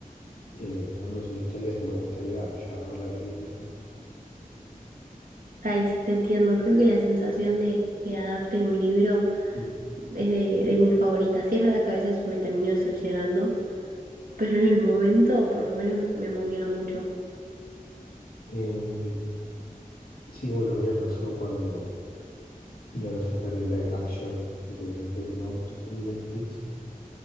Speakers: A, on the left (about 80°); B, on the right (about 75°).
A: eh, alguna de sus historias y me gustaría ya haberla leído, digamos.
B: Ay, sí te entiendo. Creo que la sensación de que adapten un libro
A: Mm.
B: es de, de mis favoritas. Sí, es verdad que a veces me termino decepcionando, pero en el momento por lo menos me emociona mucho.
A: Em, sí, bueno, a mí me pasó cuando iban a sacar el live action de Death Note en Netflix.